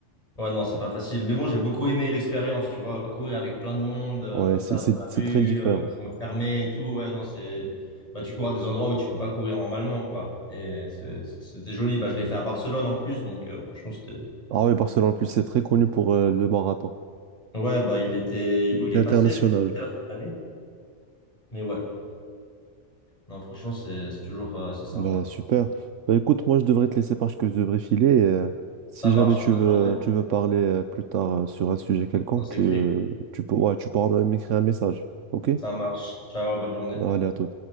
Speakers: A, on the left; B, on the right.
A: Ouais, non, c'est pas facile. Mais bon, j'ai beaucoup aimé l'expérience, tu vois. Courir avec plein de monde, euh,
B: Ouais,
A: comme
B: c'est
A: ça, dans
B: c'est-
A: la
B: c'est
A: rue,
B: très différent.
A: euh, qui sont fermés et tout. Ouais, non, c'est. Bah, tu cours à des endroits où tu peux pas courir normalement, quoi. Et c'est- c'était joli. Bah, je l'ai fait à Barcelone en plus, donc euh, franchement, c'était.
B: Ah oui, Barcelone, en plus, c'est très connu pour euh, le marathon.
A: Ouais, bah il était.
B: Il
A: Bon,
B: est
A: il est
B: international.
A: passé là, cette année. Mais ouais, non, franchement, c'est c'est toujours euh, assez sympa.
B: Bah, super. Bah, écoute, moi, je devrais te laisser parce que je devrais filer. et, euh, si
A: Ça marche.
B: jamais tu
A: Bonne
B: veux,
A: journée.
B: tu veux parler euh, plus tard euh, sur un sujet quelconque,
A: On s'écrit.
B: tu, euh, tu, peux, ouais, tu pourras m'écrire un message. OK?
A: Ça marche. Ciao, bonne journée.
B: Allez, à tout.